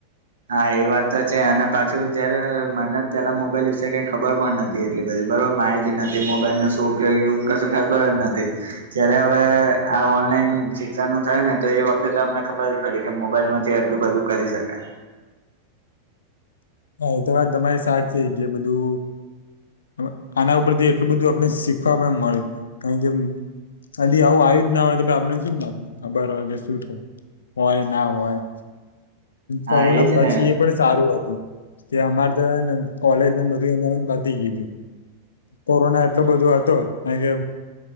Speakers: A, on the right (about 65°); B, on the left (about 65°).
A: હા, એ વાત તો છે અને પાછું જયારે મને પેલા મોબાઈલ વિશે કઈ ખબર પણ ન એટલી બધી બયો માહિતી નથી, મોબાઈલનો સું ઉપયોગ એવું કશું ખબર જ નથી. જ્યારે અવે આ ઓનલાઈન શિક્ષણ નું થહે ને, તો એ વખતે અમને ખબર પડી કે, મોબાઈલ માંથી આટલુ બધુ કરી સકાય.
B: એય તો વાત તમાયી સાચી જ જે બધુ અવ આના ઉપરથી એટલું બધું આપને સીખવા પણ મળે કાયણ કે કદી આવું આયુ જ ના હોય આપડે સુ ખબ <unintelligible> શું હોય ના હોય. કોરોના
A: હા એજ
B: પછી
A: ને
B: એ પણ સારું અતુ કે, અમારે ત હેને કોલેજ ને બધું એમાનું જ પતિ ગીયું. કોરોના એટલો બધો હતો કાય કે